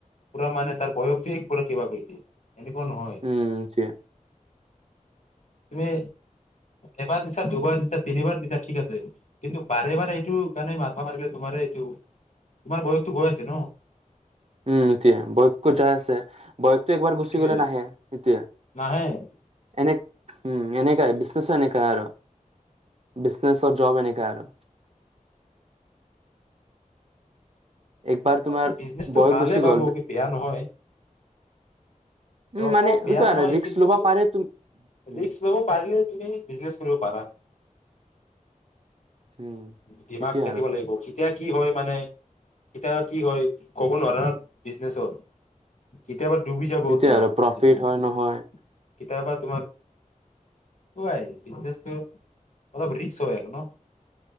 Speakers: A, on the left; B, on the right.
A: পুৰা মানে তাৰ বয়সটো এক কিবা কৰি দিয়ে এনেকুৱা নহয়
B: উম এতিয়া
A: তুমি এবাৰ দিছা দুবাৰ দিছা তিনিবাৰ দিছা ঠিক আছে কিন্তু বাৰে বাৰে এইটো কাৰণে মাথা মাৰিলে তোমাৰ এইটো তোমাৰ বয়সতো গৈ আছে ন
B: উম এতিয়া বয়সকো যাই আছে বয়সতো একবাৰ গুচি
A: এইটোৱে
B: গলে নাহে এতিয়া
A: নাহে
B: এনে উম এনেকাই বিজনেছ এনেকাই আৰু বিজনেছ, জব এনেকাই আৰু একবাৰ
A: হয়
B: তোমাৰ
A: বিজনেছটো
B: বয়স
A: ভালে
B: গুচি
A: ভাবো
B: গ'ল
A: কি বেয়া নহয়
B: উম
A: জবো
B: মানে
A: বেয়া
B: এইটো
A: নহয়
B: আৰু ৰিক্স
A: কিন্তু
B: ল'ব পাৰে তুম উম
A: ৰিস্ক লব পাৰিলে তুমি বিজনেছ কৰিব পাৰা
B: উম
A: দিমাগ
B: এতিয়া
A: থাকিব
B: আৰু
A: লাগিব কেতিয়া কি হয় মানে? এতিয়া কি হয় ক'ব নোৱাৰৰ বিজনেছত। কেতিয়াবা ডুবি যাব।
B: তে
A: তোমাৰ
B: আৰু প্ৰফিট
A: বিজনেচটো
B: হয় নহয়
A: কেতিয়াবা তোমাৰ অলপ ৰিস্ক হয় আৰু ন।